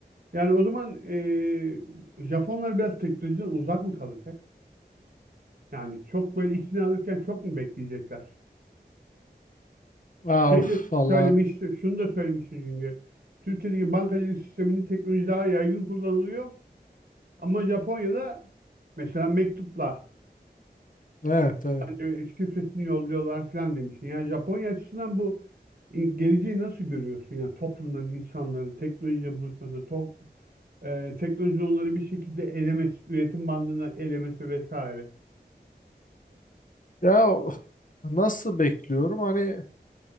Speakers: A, on the right; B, on the left.
A: Yani o zaman eee, Japonlar biraz teknolojiden uzak mı kalacak? Yani çok böyle işini alırken çok mu bekleyecekler?
B: Aa,
A: Şey
B: of,
A: de
B: valla.
A: söylemiş, şunu da söylemişti çünkü. Türkiye'deki bankacılık sisteminde teknoloji daha yaygın kullanılıyor. Ama Japonya'da mesela mektupla
B: Evet, evet.
A: hani şifresini yolluyorlar falan demiştin. Yani Japonya açısından bu e, geleceği nasıl görüyorsun? Yani toplumların, insanların teknolojiyle buluşması, top, e, teknolojinin onları bir şekilde elemesi, üretim bandına elemesi vesaire.
B: Ya of, nasıl bekliyorum? Hani